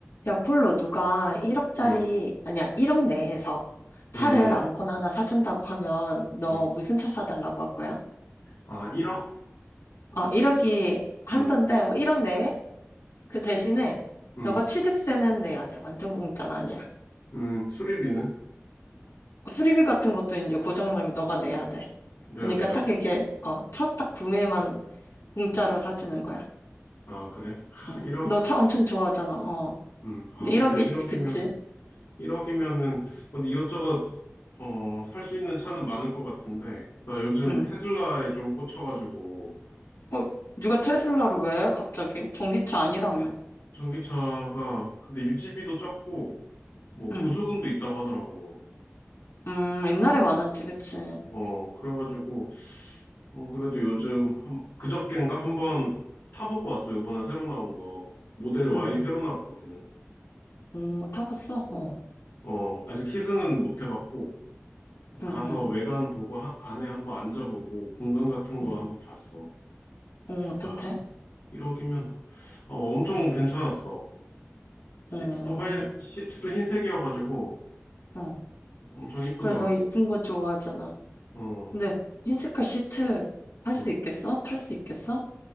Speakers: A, on the left; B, on the left.
A: 야, 폴로, 누가 1억짜리,
B: 응,
A: 아니야, 1억 내에서 차를
B: 응, 응,
A: 아무거나 하나 사준다고 하면 너
B: 응.
A: 무슨 차 사달라고 할 거야?
B: 아, 1억?
A: 어, 1억이 한돈데,
B: 응,
A: 뭐 1억 내외? 그 대신에
B: 응,
A: 너가 취득세는 내야 돼. 완전 공짜는 아니야.
B: 응. 수리비는
A: 뭐 수리비 같은 것도 이제 고장나면 너가 내야 돼.
B: 내가
A: 그러니까
B: 내야
A: 딱
B: 되고.
A: 이게, 어, 첫 딱 구매만 공짜로
B: 응.
A: 사주는 거야.
B: 아, 그래? 하,
A: 응.
B: 1억?
A: 너차 엄청 좋아하잖아. 어.
B: 응. 아,
A: 근데
B: 근데
A: 1억이,
B: 1억이면,
A: 그치?
B: 1억이면은, 근데 이것저것, 어, 살 수 있는 차는 많을 것 같은데, 나 요즘
A: 응.
B: 테슬라에 좀 꽂혀가지고,
A: 어, 누가 테슬라를 왜? 갑자기? 전기차 아니라며.
B: 전기차가, 근데 유지비도 적고, 뭐,
A: 응.
B: 보조금도 있다고 하더라고.
A: 음, 옛날에
B: 어,
A: 많았지, 그치?
B: 어, 그래가지고, 음, 그래도 요즘 한, 그저껜가 한번 타보고 왔어. 요번에 새로 나온 거. 모델 Y
A: 응.
B: 새로 나왔거든.
A: 오, 타봤어? 어.
B: 어, 아직 시승은 못 해봤고, 가서
A: 응, 응.
B: 외관 보고 하- 안에 한번 앉아보고, 공간 같은 거
A: 응.
B: 한번 봤어.
A: 어, 어떻대?
B: 아, 1억이면, 엄청 괜찮았어. 시트도
A: 어,
B: 하 시트도 흰색이어가지고,
A: 어.
B: 엄청 이쁘더라고.
A: 그래, 너 이쁜 거 좋아하잖아.
B: 어,
A: 근데 흰색깔 시트 탈 수
B: 음.
A: 있겠어? 탈 수 있겠어?